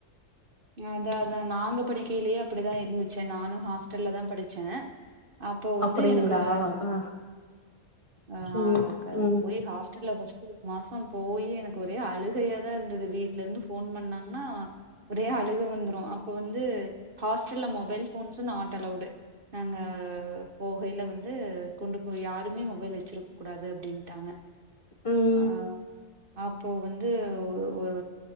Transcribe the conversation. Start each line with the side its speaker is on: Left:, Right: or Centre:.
Right: அத அதா நாங்க படிக்கையிலயே அப்படிதா இருந்துச்சு நானு ஹாஸ்டல்ல தா படிச்ச அப்போ வந்து
Left: அப்டிங்களா
Right: எனக்கு
Left: ஆ
Right: ஆ
Left: ம் ம்
Right: போய் ஹாஸ்டல்ல ஃபர்ஸ்ட் ஒரு மாசம் போய் எனக்கு ஒரே அழுகையாதா இருந்தது வீட்ல இருந்து போன் பண்ணாங்ன்னா ஒரே அழுக வந்துரு அப்போ வந்து ஹாஸ்டல்ல மொபைல் போன்ஸ் நாட் அலௌடு நாங்க போகையில வந்து கொண்டு போய் யாருமே மொபைல் வச்சிருக்க கூடாது அப்டின்ட்டாங்க
Left: ம்
Right: ஆ அப்போ வந்து ஒ ஒரு